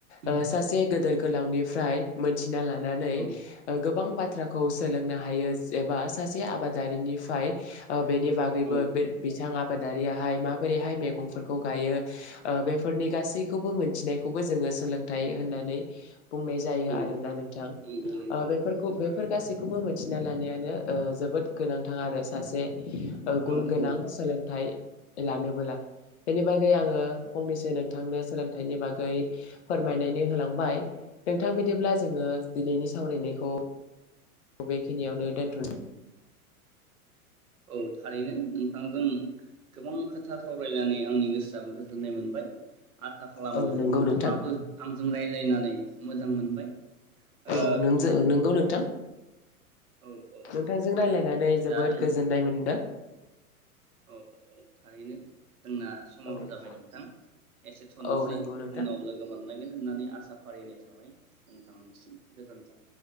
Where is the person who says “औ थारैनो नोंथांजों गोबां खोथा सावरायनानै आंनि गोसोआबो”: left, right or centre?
Right